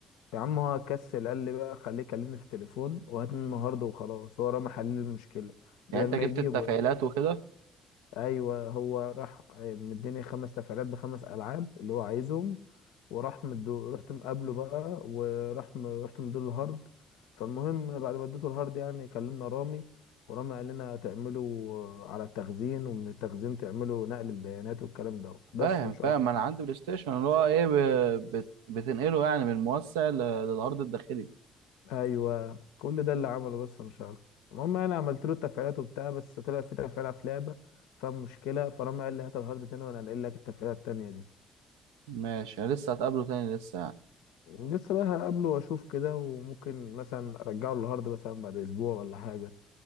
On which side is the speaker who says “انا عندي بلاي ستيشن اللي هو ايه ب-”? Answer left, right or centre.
Right